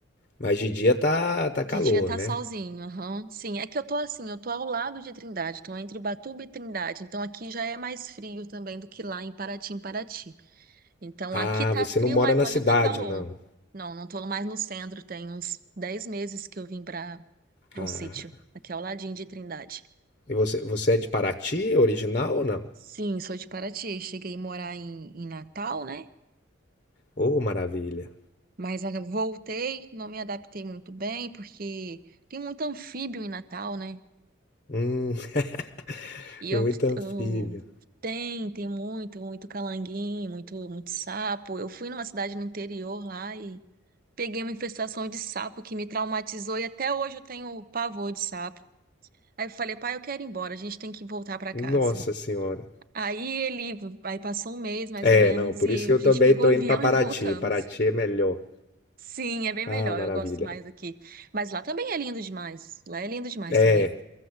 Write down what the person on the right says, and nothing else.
De
dia tá
solzinho, aham. Sim, é que eu tô assim, eu tô ao lado de Trindade, tô entre Batuba e Trindade, então aqui já é mais frio também do que lá em Paraty, em Paraty. Então
aqui tá
frio,
mas
lá
já tá calor.
Não, não tô mais no centro, tem uns 10 meses que eu vim pra para
um sítio, aqui ao ladinho de Trindade.
Sim, sou de Paraty, cheguei a morar em, em Natal, né?
Mas ah, voltei, não me adaptei muito bem, porque tem muito anfíbio em Natal, né?
E eu,
eu tem, tem muito, muito calanguinho, muito, muito sapo. Eu fui numa cidade no interior lá Peguei uma infestação de sapo que me traumatizou e até hoje eu tenho pavor de sapo. Aí eu falei, pai, eu quero ir embora, a gente tem que voltar pra
casa.
Aí ele, aí passou um mês mais
ou menos
e
a gente
pegou
o avião
<laughs> e voltamos.
Sim, é bem
melhor,
eu gosto mais aqui. Mas lá também é lindo demais. Lá é lindo demais
também.